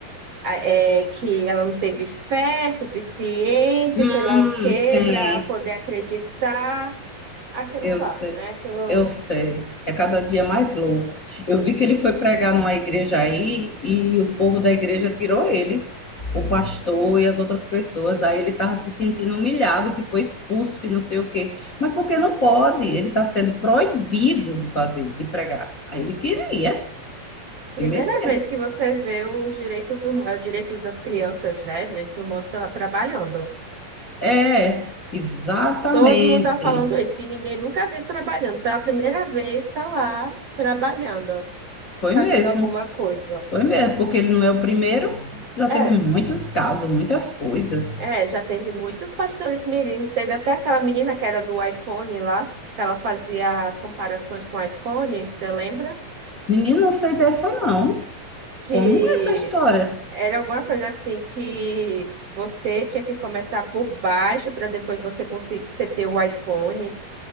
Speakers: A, on the right; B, on the left.
A: a- é, que ela não teve fé suficiente,
B: Hum,
A: sei lá o quê,
B: sim,
A: para poder acreditar aquilo
B: eu
A: lá,
B: sei.
A: né? Aquilo
B: Eu sei, é cada dia mais louco. Eu vi que ele foi pregar numa igreja aí e o povo da igreja tirou ele, o pastor e as outras pessoas. Aí ele estava se sentindo humilhado, que foi expulso, que não sei o quê. Mas porque não pode? Ele está sendo proibido de fazer, de pregar. Aí ele queria,
A: A Primeira
B: se metendo.
A: vez que você vê os direitos, hum- eh, direitos das crianças, né? Direitos humanos, sei lá, trabalhando.
B: É, exatamente.
A: Todo mundo tá falando isso, que ninguém nunca viu trabalhando. Pela primeira vez está lá trabalhando,
B: Foi
A: fazendo
B: mesmo,
A: alguma coisa.
B: foi mesmo, porque ele não é o primeiro. Já
A: É,
B: teve muitos casos, muitas coisas.
A: é, já teve muitos pastores mirins. Teve até aquela menina que era do iPhone lá, que ela fazia as comparações com o iPhone, você lembra?
B: Menino, não sei dessa não.
A: Que
B: Como é essa história?
A: Era alguma coisa assim que você tinha que começar por baixo para depois você conseguir você ter o iPhone.